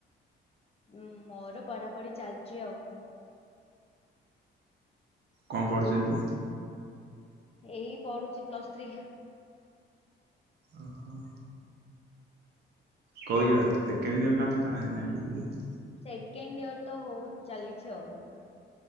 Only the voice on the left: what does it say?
ଉଁ ମୋର ପଢାପଢି ଚାଲିଛି ଆଉ।
ଏଇ ପଢୁଛି ପ୍ଲସ୍ ଥ୍ରୀ।
ସେକେଣ୍ଡ ଇୟର ତ ହଉ ଚାଲିଛି ଆଉ,